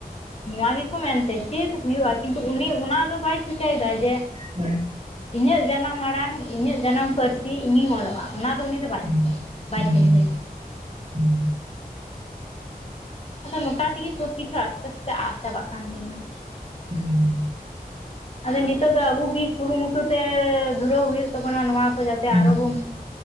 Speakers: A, on the left (about 40°); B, on the right (about 45°).
A: ᱱᱚᱣᱟ ᱜᱮ ᱢᱮᱱᱛᱮ ᱪᱮᱫ ᱦᱩᱭᱩᱜᱼᱟ ᱠᱤᱱᱛᱩ ᱩᱱᱤ ᱚᱱᱟ ᱫᱚ ᱵᱟᱭ ᱥᱚᱪᱟᱭᱫᱟ ᱡᱮ
B: <unintelligible>
A: ᱤᱧᱟᱹᱜ ᱡᱟᱱᱟᱢ ᱟᱲᱟᱝ ᱤᱧᱟᱹᱜ ᱡᱟᱱᱟᱢ ᱯᱟᱹᱨᱥᱤ ᱤᱧᱤᱧ ᱚᱞᱚᱜᱼᱟ ᱚᱱᱟ ᱫᱚ ᱩᱱᱤ ᱫᱚ ᱵᱟᱭ
B: ᱦᱩᱸ
A: ᱪᱤᱠᱟᱹᱭᱮᱫᱟ ᱵᱟᱭ
B: ᱦᱩᱸ
A: ᱪᱤᱱᱛᱟᱹᱭᱮᱫᱟ
B: ᱦᱩᱸ
A: ᱟᱫᱚ ᱱᱚᱝᱠᱟ ᱛᱮᱜᱮ ᱥᱚᱵ ᱠᱤᱪᱷᱩ ᱟᱥᱛᱮ ᱟᱥᱛᱮ ᱟᱫ ᱪᱟᱵᱟᱜ ᱠᱟᱱ ᱛᱟᱵᱚᱱᱟ
B: ᱦᱮᱸ
A: ᱟᱫᱚ ᱱᱤᱛᱳᱜ ᱫᱚ ᱟᱵᱚ ᱜᱮ ᱠᱩᱨᱩᱢᱩᱴᱩ ᱛᱮᱻ ᱫᱷᱩᱨᱟᱹᱣ ᱦᱩᱭᱩᱜ ᱛᱟᱵᱚᱱᱟ ᱱᱚᱣᱟ ᱠᱚ ᱡᱟᱛᱮ
B: ᱦᱩᱸ
A: ᱟᱨᱚ ᱵᱚᱱ